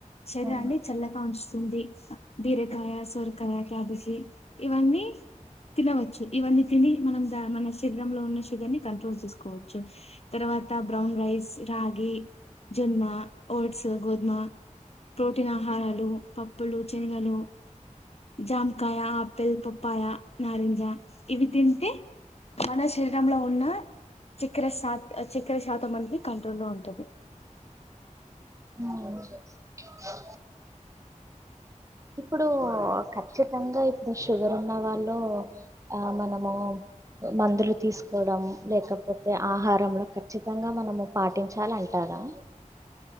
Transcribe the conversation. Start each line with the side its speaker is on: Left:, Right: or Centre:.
Left: శరీరాన్ని
Right: ఉమ్,
Left: చల్లగా ఉంచుతుంది బీరకాయ సొరకాయ క్యాబేజి ఇవన్ న్నీ తినవచ్చు ఇవన్నీ తిని మనం ద మన శరీరంలో ఉన్న షుగర్ ని కంట్రోల్ చేసుకోవచ్చు తర్వాత్ త్త బ్రౌన్ రైస్ రగి జొన్న ఓట్స్ గోధమ ప్రోటీన్ ఆహారాలు పప్పులు శనగలు జామకాయ ఆపిల్ పప్పాయ నారింజ ఇవి తింటే మన శరీరంలో ఉన్న <unintelligible> చక్కెర శాతం అనేది కంట్రోల్ లో ఉంటుంది
Right: అ ఇప్పుడు ఖచ్చితంగా ఇప్పుడు షుగర్ ఉన్న వాళ్ళు ఆ మనము మందులు తీసుకోవడం లేకపోతే ఆహారంలో ఖచ్చితంగా మనము పాటించాల అంటారా